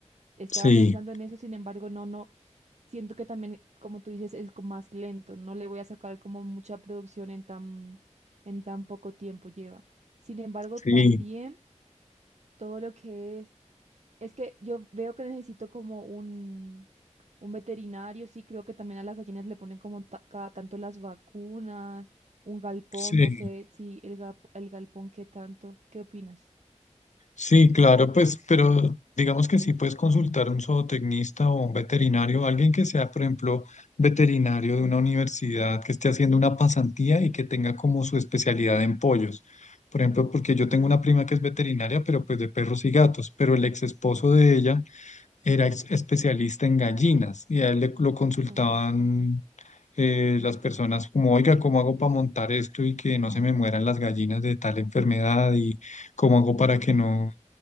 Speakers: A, on the right (about 65°); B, on the left (about 75°).
A: Estaba
B: sí,
A: pensando en eso, sin embargo, no, no, siento que también, como tú dices, es co- más lento, no le voy a sacar como mucha producción en tan, en tan poco tiempo lleva. Sin embargo,
B: sí,
A: también todo lo que es es que yo veo que necesito como un, un veterinario, sí, creo que también a las gallinas le ponen como ta- cada tanto las vacunas, un galpón,
B: sí.
A: no sé si el, gap- el galpón qué tanto, ¿qué opinas?
B: Sí, claro, pues, pero digamos que sí puedes consultar a un zootecnista o un veterinario, alguien que sea, por ejemplo, veterinario de una universidad que esté haciendo una pasantía y que tenga como su especialidad en pollos. Por ejemplo, porque yo
A: Ah,
B: tengo una
A: ok.
B: prima que es veterinaria, pero pues de perros y gatos, pero el ex esposo de ella era ex- especialista en gallinas y a él le- lo consultaban
A: Oh,
B: eh, las personas como, oiga, ¿cómo hago para montar esto y que no se me mueran las gallinas de tal enfermedad? Y ¿Cómo hago para que no?